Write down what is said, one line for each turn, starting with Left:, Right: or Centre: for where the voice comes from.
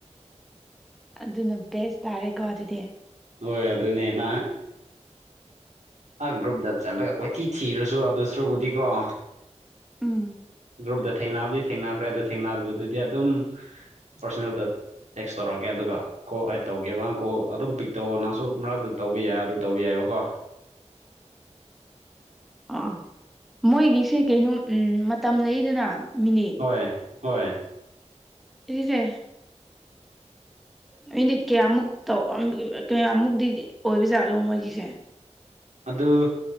Centre: ꯑꯗꯨꯅ ꯕꯦꯁ ꯇꯥꯔꯦꯀꯣ ꯑꯗꯨꯗꯤ
Right: ꯍꯣꯏ ꯑꯗꯨꯅꯦ ꯅꯍ ꯑ ꯒ꯭ꯔꯨꯞꯗ ꯆꯠꯂꯒ ꯀꯣꯏꯊꯤ ꯊꯤꯔꯨꯁꯨ ꯑꯗꯨ ꯁ꯭ꯔꯨꯕꯨꯗꯤꯀꯣ
Centre: ꯎꯝ
Right: ꯭ꯔꯕꯗ ꯊꯦꯡꯅꯕꯗꯤ ꯊꯦꯡꯅꯈ꯭ꯔꯦ ꯑꯗꯨ ꯊꯦꯡꯅꯕꯗꯨꯗꯤ ꯑꯗꯨꯝ ꯄꯥꯔꯁꯣꯅꯦꯜꯗ ꯇꯦꯛꯁ ꯇꯧꯔꯛꯑꯒꯦ ꯑꯣꯀꯦ ꯑꯗꯨꯒ ꯀꯣꯜ ꯑꯩꯠ ꯇꯧꯒꯦꯕ ꯀꯣꯜ ꯑꯗꯨꯝ ꯄꯤꯛ ꯇꯧꯑꯣ ꯅꯪꯁꯨ ꯃꯔꯛꯇ ꯇꯧꯕ ꯌꯥꯏ ꯑꯗꯨ ꯇꯧꯕ ꯌꯥꯏꯕꯀꯣ <unintelligible>
Centre: ꯑ ꯃꯣꯏꯒꯤꯁꯦ ꯀꯩꯅꯣ ꯎꯝ ꯃꯇꯝ ꯂꯩꯗꯅ ꯃꯤꯅꯤꯠ
Right: ꯍꯣꯢ ꯍꯣꯢ
Centre: ꯏꯁꯦ ꯃꯤꯅꯤꯠ ꯀꯌꯥꯃꯨꯛ ꯀꯌꯥꯃꯨꯛꯇꯤ ꯑꯣꯏꯕꯖꯥꯠꯂꯣ ꯃꯣꯏꯒꯤꯁꯦ
Right: ꯑꯗꯨ